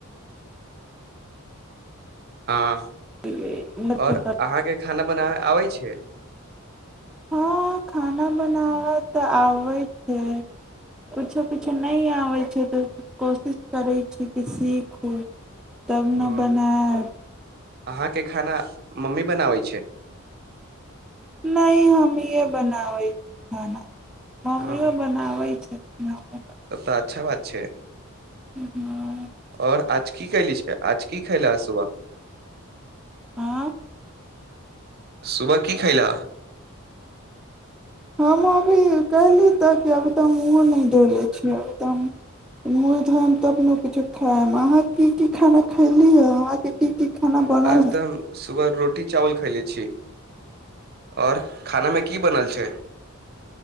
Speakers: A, on the right; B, in the centre.
A: हँ
B: कर
A: और अहाँके खाना बनाबे आबै छै
B: हँ खाना बनाबे तऽ आबै से किछो किछो नहि आबै छै तऽ कोशिश करै छी कि सीखू तब न
A: उम्म,
B: बनायब
A: अहाँके खाना मम्मी बनाबै छै
B: नहि हमिये बनाबै छी खाना मम्मीयों
A: ह
B: बनाबै छै मम्म
A: तब तऽ अच्छा छै
B: हँ
A: आओर आज की कैली छै आज की खैला ह सुबह <inaudible>
B: हँ,
A: सुबा कि खइला
B: हम अभी कहली तऽ कि अभी तऽ हम मुँहो नहि धो इले छियै अभी तऽ हम मूँह धोयब तब ने किछो खायब अहाँ की की खाना खयली हे अहाँके की खाना बनल
A: आज तऽ हम सुबह रोटी चावल खयले छी आओर खानामे की बनल छै